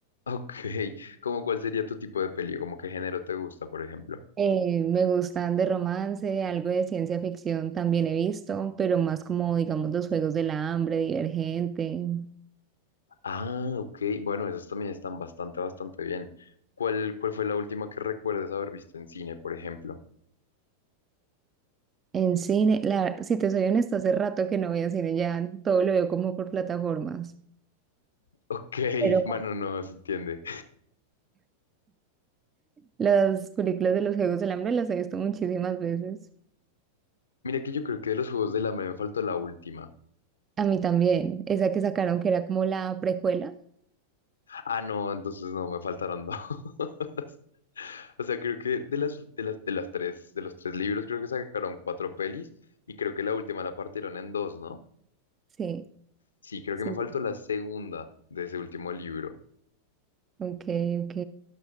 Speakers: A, on the left; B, on the right.
A: Ok, ¿como cuál sería tu tipo de peli? ¿Como qué género te gusta, por ejemplo?
B: Eh, me gustan de romance, algo de ciencia ficción también he visto, pero más como, digamos, los Juegos del Hambre, Divergente.
A: Ah, ok. Bueno, esas también están bastante, bastante bien. ¿Cuál, cuál fue la última que recuerdes haber visto en cine, por ejemplo?
B: En cine, la, si te soy honesta, hace rato que no voy a cine, ya todo lo veo como por plataformas,
A: <laughs> Ok,
B: pero
A: bueno, no se entiende.
B: las películas de los Juegos del Hambre las he visto muchísimas veces.
A: Mira que yo creo que de los Juegos del Hambre me faltó la última.
B: A mí también, esa que sacaron que era como la precuela.
A: Ah, no, entonces no, me faltaron dos. <laughs> O sea, creo que de las, de las, de las tres, de los tres libros, creo que sacaron cuatro pelis y creo que la última la partieron en dos, ¿no?
B: Sí,
A: Sí, creo
B: sí,
A: que me faltó
B: sí.
A: la segunda de ese último libro.
B: ok, ok.